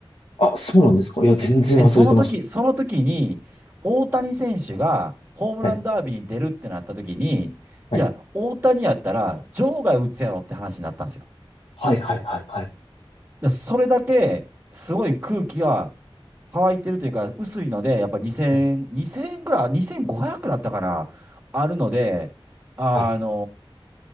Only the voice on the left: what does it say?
あ、そうなんですかいや、全然忘れてまし
た。はい。はい。
はいはいはいはい。
はい
はい